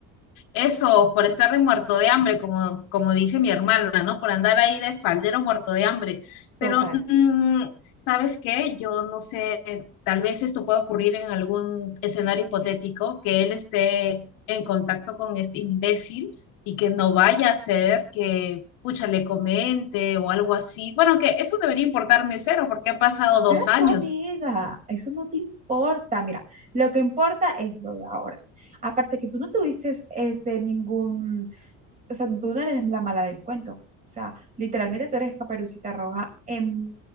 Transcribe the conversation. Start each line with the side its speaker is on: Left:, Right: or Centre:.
Left: eso, por estar de muerto de hambre, como, como dice mi hermana, ¿no? Por andar ahí de faldero muerto de hambre. Pero,
Right: Total.
Left: mm, ¿sabes qué? Yo no sé, tal vez esto pueda ocurrir en algún escenario hipotético, que él esté en contacto con este imbécil y que no vaya a ser que pucha, le comente o algo así. Bueno, que eso debería importarme cero porque ha pasado
Right: Exacto,
Left: dos años.
Right: amiga. Eso no te importa. Mira, lo que importa es lo de ahora. Aparte que tú no tuviste este, ningún, o sea, tú no eres la mala del cuento. O sea, literalmente tú eres Caperucita Roja en